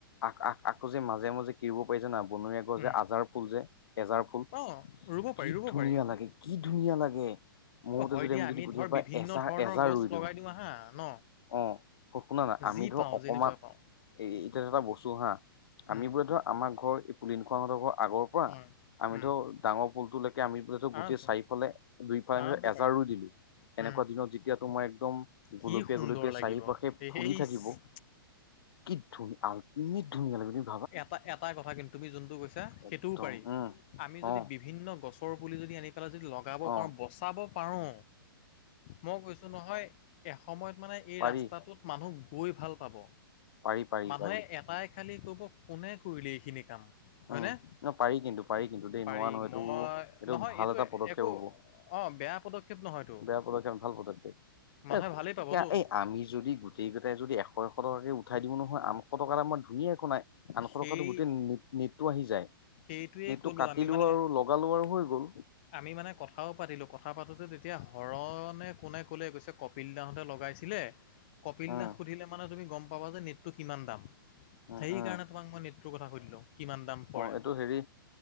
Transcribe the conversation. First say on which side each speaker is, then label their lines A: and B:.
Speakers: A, on the left (about 75°); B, on the left (about 25°).
A: আ আখ আকৌ যে মাজে মাজে কিনিব পাৰিছো না বনৰীয়া গছ
B: উম
A: যে আজাৰ ফুল যে এজাৰ ফুল
B: অ ৰুব
A: কি
B: পাৰি ৰুব
A: ধুনীয়া
B: পাৰি
A: লাগে কি ধুনীয়া লাগে মহতে
B: অ হয়
A: যদি
B: দিয়া
A: আমি যদি পুঠি
B: ধৰ
A: পা
B: বিভিন্ন
A: এজাহ
B: ধৰণৰ
A: এজাহ
B: গছ
A: ৰুই দিওঁ
B: লগাই আহা ন
A: আহ শুনা নাই আমি
B: যি
A: ধৰ
B: পাওঁ
A: অকমান
B: যেনেকুৱা পাওঁ
A: এতিয়া এটা বস্তু হা আমি
B: উম
A: বোৰে ধৰ আমাৰ ঘৰ এই পুলিন খোৱাঁতৰ আগৰ ৰা
B: উম
A: আমিতো
B: উম
A: ডাঙৰ পুলটো লৈকে আমি পোলে গোটেই
B: আৰামছে
A: চাৰিওফালে দুইফাল
B: আৰামছে
A: এজাৰো
B: পাৰিম
A: দিলো এনেকুৱা
B: উম
A: দিনত যেতিয়া তোমাৰ একদম
B: কি
A: গুলপীয়া
B: সুন্দৰ
A: গুলপীয়া
B: লাগিব
A: চাহি পাশে
B: এইচ
A: ফুলি থাকিব কি ধুন আলটিমেত কিমিত ধুনীয়া লাগিব
B: এটা এটা কথা কিন্তু তুমি যোনটো কৈছা সেইটোও
A: একদম
B: পাৰি
A: উম
B: আমি যদি
A: অ
B: বিভিন্ন গছ ৰ পুলি যদি আনি পেলাই যদি লগাব
A: অ
B: পাৰো বচাব পাৰো মই কৈছো নহয় এসময়ত মানে এই
A: পাৰি
B: ৰাস্তাটোত মানুহ গৈ ভাল পাব
A: পাৰি পাৰি
B: মানুহে
A: পাৰি
B: এটাই খালী কব কোনে কৰিলে এইখিনি কাম হয়নে?
A: উম ন পাৰি কিন্তু পাৰি কিন্তু দেই
B: পাৰি
A: নোৱা নহয় এইটো
B: মই
A: এইটো
B: নহয়
A: ভাল এটা পদক্ষেপ
B: একো
A: হব
B: অঁ বেয়া পদক্ষেপ নহয়তো
A: বেয়া পদক্ষেপ নহয় ভাল পদক্ষেপ
B: মানুহে
A: এ
B: ভালেই পাবতো
A: এই আমি যদি গো গোটেই কেইটাই যদি এশ এশ টকাকে উঠাই দিও নহয় আঠশ টকা দামৰ ধুনীয়া একো নাই আঠশ
B: সেই
A: টকাতটো গোটেই নেটটো আহি যায়
B: সেইটোৱেই
A: নেটটো
B: ক'লোঁ
A: কাটিলো
B: আমি মানে
A: আৰু লগালো আৰু হৈ গ'ল
B: আমি মানে কথাও পাতিলোঁ কথা পাতোতে তেতিয়া হৰণে কোনে ক'লে গৈছে কপিল দাহতে লগাইছিলে কপিল
A: উম
B: দা সুধিলে মানে তুমি গম পাবা যে নেটটো কিমান দাম
A: উম
B: সেই
A: উম
B: কাৰণে তোমাক মই নেটটোৰ কথা সুধিলো কিমান দাম পৰে
A: অ এইটো হেৰি